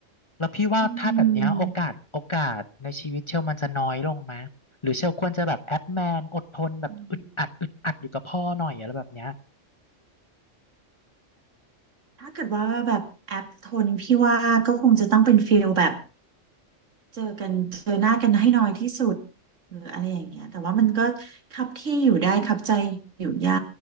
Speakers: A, on the left (about 25°); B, on the right (about 75°).
A: แล้วพี่ว่าถ้าแบบเนี้ยโอกาสโอกาสในชีวิตเชลมันจะน้อยลงไหมหรือเชลควรจะแบบแอปแมนอดทนแบบอึดอัดอึดอัดอยู่กับพ่อหน่อยอะไรแบบเนี้ย
B: อืมอืม ถ้าเกิดว่าแบบแอปโทนพี่ว่าก็คงจะต้องเป็นฟิลแบบเจอกันเจอหน้ากันให้น้อยที่สุดหรืออะไรอย่างเงี้ยแต่ว่ามันก็คับที่อยู่ได้คับใจอยู่ยา